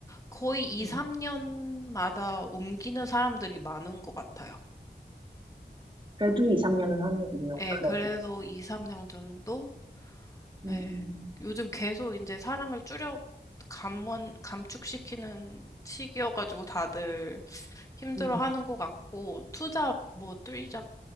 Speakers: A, on the left; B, on the right.
A: 거의 2,
B: 음.
A: 3년마다 옮기는 사람들이 많은 것 같아요.
B: 그래도 2, 3년은 하는군요.
A: 예,
B: 그래도.
A: 그래도 2, 3년 정도?
B: 음,
A: 예. 요즘 계속 이제 사람을 줄여 감원, 감축시키는 시기여가지고 다들 힘들어하는
B: 음.
A: 것 같고 투잡 뭐 쓰리잡